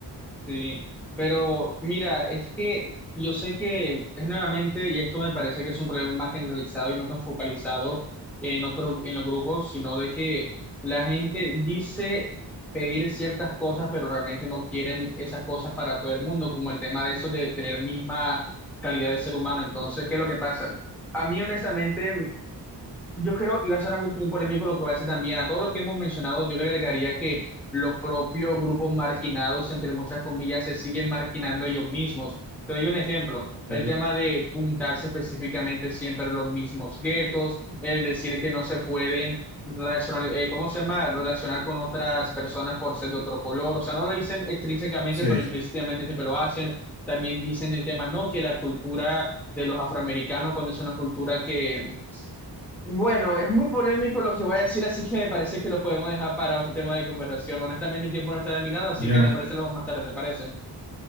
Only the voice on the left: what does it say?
Sí,
sí,
ya.